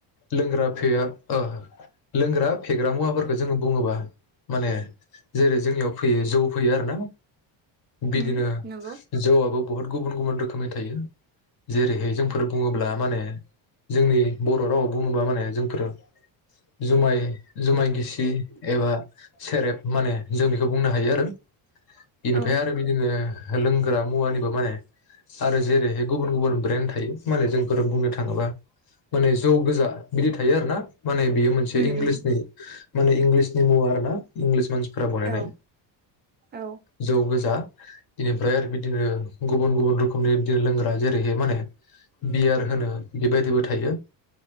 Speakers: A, on the left; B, on the right.
A: लोंग्रा फेया ओ लोंग्रा फेग्रा मुवाफोरखौ जोङो बुङोबा माने जेरै जोंनियाव फैयो जौ फैयो आरोना। बिदिनो
B: उम नंगौ
A: जौआबो बहुत गुब गुबुन गुबुन रोखोमनि थायो जेरैहाय जोंफोर बुङोब्ला माने जोंनि बर' रावाव बुङोबा माने जोंफोरो जुमाय जुमाय गिसि एबा सेरेब माने जोंनि खौ बुंनो हायो आरो। बेनिफ्राय
B: औ
A: आरो बिदिनो लोंग्रा मुवानिबो माने आरो जेरैहाय गुबुन गुबुन ब्रेन्ड थायो माने जोंफोर बुंनो थाङोबा माने जौ गोजा बिदि थायो आरोना माने बियो मोनसे
B: उम
A: इंलिसनि
B: उम
A: माने इंलिस दङ आरोना इंलिस मानसि फोरा बनायनाय
B: औ औ
A: जौ गोजा इनिफ्राय आरो बिदिनो गुबुन गुबुन रोखोमनि बिदिनो लोंग्रा जेरैहाय माने बियार होनो बेबायदिबो थायो